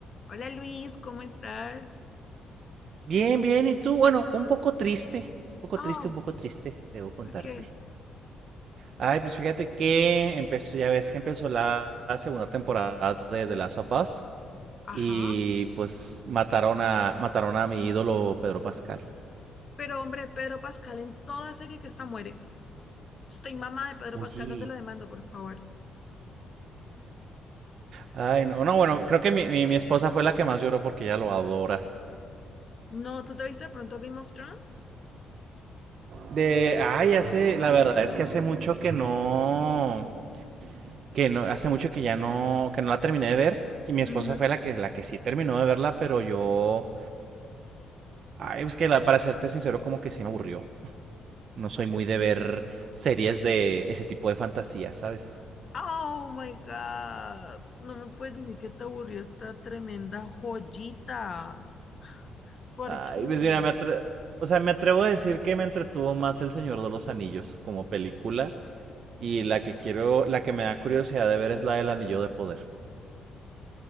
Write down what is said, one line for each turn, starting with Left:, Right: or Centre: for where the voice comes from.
Left: Hola Luis, ¿cómo estás?
Right: Bien, bien, ¿y tú? Bueno, un poco triste, un poco
Left: Ah,
Right: triste, un poco triste, debo contarte.
Left: ¿por qué?
Right: Ay, pues fíjate que empezó, ya ves que empezó la segunda temporada de The Last of Us
Left: Ajá.
Right: y pues mataron a, mataron a mi ídolo Pedro Pascal.
Left: Pero hombre, Pedro Pascal en toda serie que está muere. Estoy mamá de Pedro
Right: Oye,
Left: Pascal, ¿dónde lo demando, por favor?
Right: ay, no, no, bueno, creo que mi, mi, mi esposa fue la que más lloró porque ella lo adora.
Left: No, ¿tú te viste de pronto Game of Thrones?
Right: De, ay, hace, la verdad es que hace mucho que no, que no, hace mucho que ya no, que no la terminé de ver. Y mi esposa
Left: Ujú.
Right: fue la que, la que sí terminó de verla, pero yo Ay, es que la- para serte sincero, como que se me aburrió. No soy muy de ver series de ese tipo de fantasía, ¿sabes?
Left: Oh my God. No me puedes decir que te aburrió esta tremenda joyita. ¿Por
Right: Ay,
Left: qué?
Right: pues mira, me atre- o sea, me atrevo a decir que me entretuvo más El Señor de los Anillos como película. Y la que quiero, la que me da curiosidad de ver es la del Anillo de Poder.